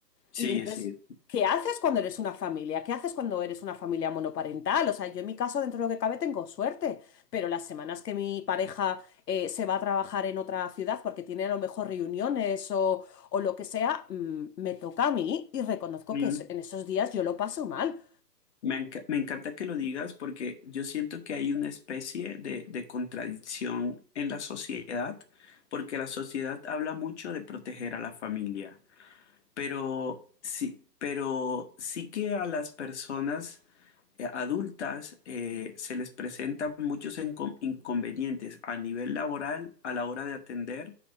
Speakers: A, on the left (about 45°); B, on the left (about 70°).
A: Sí,
B: Y entonces,
A: sí.
B: ¿qué haces cuando eres una familia? ¿Qué haces cuando eres una familia monoparental? O sea, yo en mi caso, dentro de lo que cabe, tengo suerte, pero las semanas que mi pareja eh, se va a trabajar en otra ciudad porque tiene a lo mejor reuniones o, o lo que sea, mm, me toca a mí y reconozco
A: sí.
B: que es- en esos días yo lo paso mal.
A: Me, enca- me encanta que lo digas porque yo siento que hay una especie de, de contradicción en la sociedad, porque la sociedad habla mucho de proteger a la familia, pero sí, pero sí que a las personas eh, adultas eh, se les presentan muchos encon- inconvenientes a nivel laboral a la hora de atender